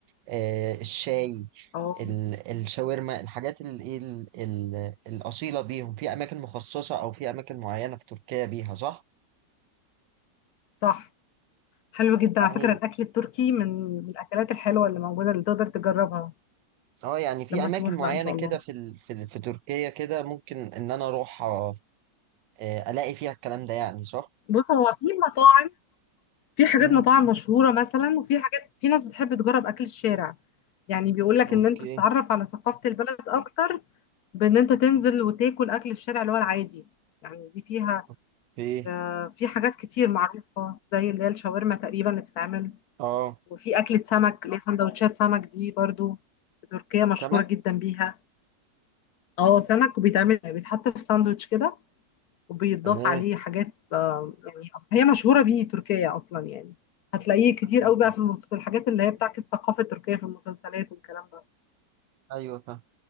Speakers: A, on the right; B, on the left.
A: آه الشاي
B: اه
A: ال- الشاورما الحاجات ال- ايه ال- ال- الاصيله بيهم في اماكن مخصصه او في اماكن معينه في تركيا بيها صح
B: صح حلو جدا
A: يعني
B: على فكرة الأكل التركي من من الأكلات الحلوة اللي موجودة اللي تقدر تجربها
A: اه يعني في
B: لما
A: اماكن
B: تروح
A: معينه
B: بقى إن شاء الله
A: كده في ال... في ال... في تركيا كده ممكن ان انا اروح آه، آه، الاقي فيها الكلام ده يعني صح
B: بص هو في مطاعم في حاجات
A: امم
B: مطاعم مشهورة مثلا وفي حاجات في ناس بتحب تجرب أكل الشارع يعني بيقول لك
A: اوكي
B: إن أنت تتعرف على ثقافة البلد أكتر بإن أنت تنزل وتاكل أكل الشارع اللي هو العادي يعني دي فيها
A: اوكي
B: آه، في حاجات كتير معروفة زي اللي هي الشاورما تقريبا اللي بتتعمل
A: اه
B: وفي أكلة سمك اللي هي سندوتشات سمك دي برضو في تركيا مشهورة
A: سمك
B: جدا بيها اه سمك وبيتعمل يعني بيتحط في ساندوتش كده وبيتضاف
A: تمام
B: عليه حاجات آه، يعني هي مشهورة بيه تركيا أصلا يعني هتلاقيه كتير
A: ايوه
B: قوي بقى
A: فاهم
B: في المس... في الحاجات اللي هي بتعكس الثقافة التركية في المسلسلات والكلام ده
A: أيوة فاهم.